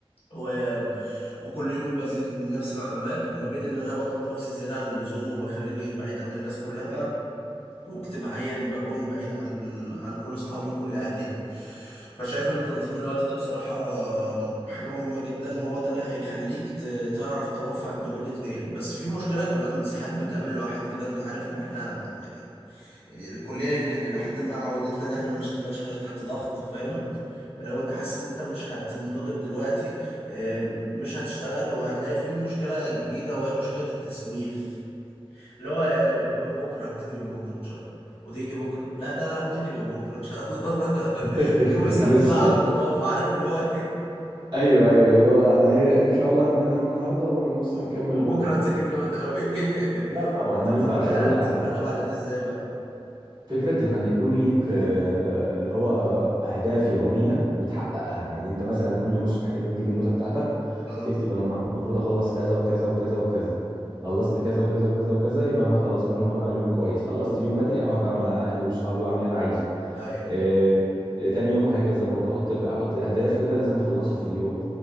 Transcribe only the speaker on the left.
و... وكل يوم بزيد من نفسي معلومات وما بين إن أنا بضغط نفسي زيادة عن اللزوم وبخليني بعيد عن الناس كلها واجتماعيا بكون بعيد عن عن كل أصحابي وكل أهلي يعني فشايف إن تنظيم الوقت ده بصراحة حاجة مهمة جدا هو ده اللي هيخليك ت... تعرف توفق ما بين الاتنين بس في مشكلة كمان ساعات بتقابل الواحد كده أنت عارف إن إحنا يعني الكليه يمكن الى حد ما عودتنا ان احنا ما نشتغلش غير تحت ضغط فاهم فلو انت حاسس ان انت مش هتنضغط دلوقتي آم، مش هتشتغل وهتلاقي فيه مشكله جديده وهي مشكله التسويف اللي هو يعني من بكره هبتدي من بكره ان شاء الله وتيجي بكره لا ده انا هبتدي من بكره ان شاء الله
<laughs> يوم السبت
بقى على نظافه عارف اللي هو
<laughs>
وبكره
نذاكر جامد قوي <laughs>
انت
بتتغلب
بتتغلب
على دي ازاي بقى
اه
ايوه